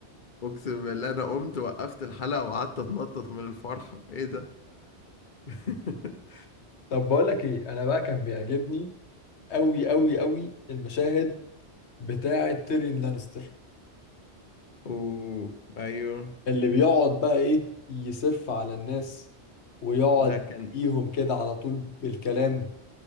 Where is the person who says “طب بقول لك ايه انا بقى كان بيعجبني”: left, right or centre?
Left